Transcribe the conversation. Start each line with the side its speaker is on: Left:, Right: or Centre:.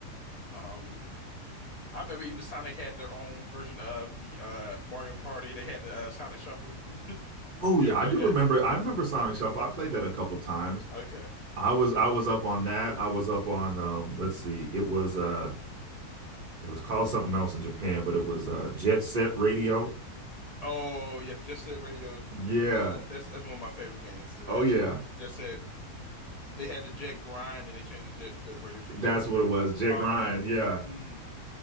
Left: Um, I remember even Sonic had their own version of the uh Mario Party. They had the uh, Sonic Shuffle. <laughs>
Right: <laughs> oh
Left: You
Right: yeah,
Left: ever play
Right: I do
Left: that?
Right: remember I remember Sonic Shuffle. I played that a couple times.
Left: Okay.
Right: I was I was up on that. I was up on um let's see. It was uh It was called something else in Japan, but it was uh, Jet Set Radio.
Left: Oh yes, Just Set Radio.
Right: Yeah.
Left: Uh, that's that's one of my favorite games too.
Right: Oh
Left: Actually,
Right: yeah.
Left: Just Set. They had the Jet Grind, and they changed the Jet Fit
Right: <laughs>
Left: Radio feature.
Right: That's what it was. Jet
Left: Um,
Right: Grind. Yeah.
Left: mm,